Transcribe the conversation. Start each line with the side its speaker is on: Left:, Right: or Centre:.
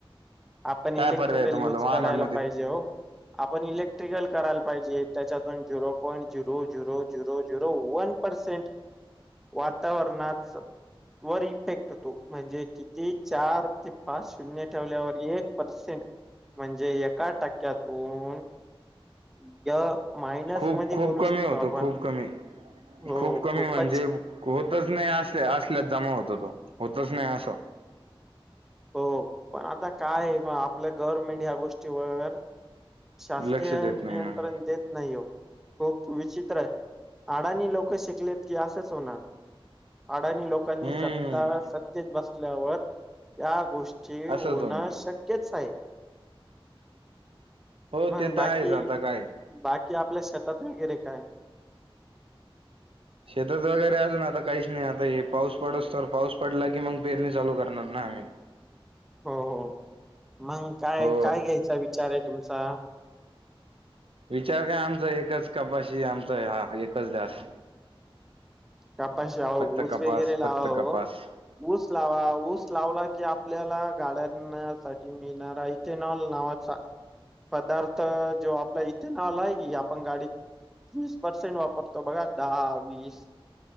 Centre: आपण
Right: काय
Centre: इलेक्ट्रिकल
Right: पर्याय आहे तुम्हाला
Centre: यूज
Right: वाहनांमध्ये
Centre: करायला पाहिजे हो आपण इलेक्ट्रिकल करायला पाहिजे त्याच्यातून zero point zero- zero- zero- zero one percent वातावरणाच वर इफेक्ट हो तो म्हणजे किती चार ते पाच शून्य ठेवल्यावर एक पर्सेंट म्हणजे एका टक्क्यातून <unintelligible> य सायन्स
Right: खूप
Centre: मध्ये
Right: खूप
Centre: बोलू
Right: कमी
Centre: शकतो
Right: होतो
Centre: आपण
Right: खूप कमी
Centre: हो
Right: खूप कमी
Centre: खूपच
Right: म्हणजे होतच नाही असल्या -असल्यात जमा होत तो होतच नाही असं
Centre: हो पण आता काये आपलं गव्हर्मेंट या गोष्टीवर शासकीय
Right: लक्ष देत
Centre: नियंत्रण
Right: नाही ना
Centre: देत नाही हो खूप विचित्र आहेत अडाणी लोक शिकलेत की असंच होणार अडाणी लोकांनी
Right: हम्म
Centre: सत्ता- सत्तेत बसल्यावर या गोष्टी होणं
Right: असंच होणार
Centre: शक्यच आहे
Right: हो
Centre: मग
Right: ते
Centre: बाकी-
Right: तर आहेच आता काय
Centre: बाकी आपल्या शेतात वगैरे काय?
Right: शेतात वगैरे अजून आता काहीच नाही आता हे पाऊस पडूस्तोर पाऊस पडला की मग पेरणी चालू करणार ना आम्ही
Centre: हो -हो मग काय
Right: हो
Centre: -काय घ्यायचा विचार आहे तुमचा
Right: विचार काय आमचा, एकच कपाशी आमचा हा एकच ध्यास.
Centre: कपाशी, आओ
Right: फक्त
Centre: ऊस
Right: कपास
Centre: वगैरे
Right: फक्त
Centre: लावा वो.
Right: कपास
Centre: ऊस लावा, ऊस लावला की आपल्याला गाड्यां साठी मिळणार आहे, ईथीनॉल नावाचा पदार्थ, जो आपला ते नाव आहे की आपण गाडी वीस पर्सेंट वापरतो बघा, दहा, वीस,